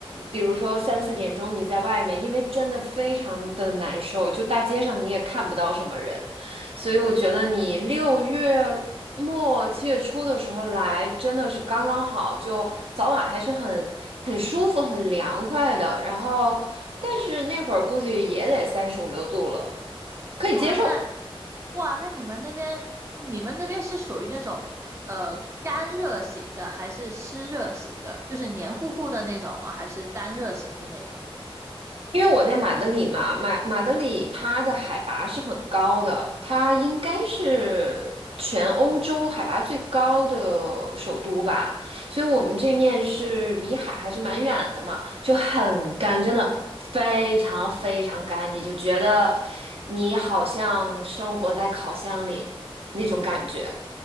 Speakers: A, on the right; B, on the right.
A: 比如说三四点钟你在外面，因为真的非常的难受，就大街上你也看不到什么人，所以我觉得你六月末七月初的时候来真的是刚刚好，就早晚还是很很舒服、很凉快的。然后，但是那会儿估计也得三十五六度了，可以接受。
B: 哇，那哇，那你们那边你们那边是属于那种呃干热型的，还是湿热型的？就是黏糊糊的那种啊，还是干热型的那种？
A: 因为我在马德里嘛，马马德里它的海拔是很高的，它应该是全欧洲海拔最高的首都吧，所以我们这面是离海还是蛮远的嘛，
B: 嗯。
A: 就很干，真的非常非常干，你就觉得你好像生活在烤箱里那种感觉。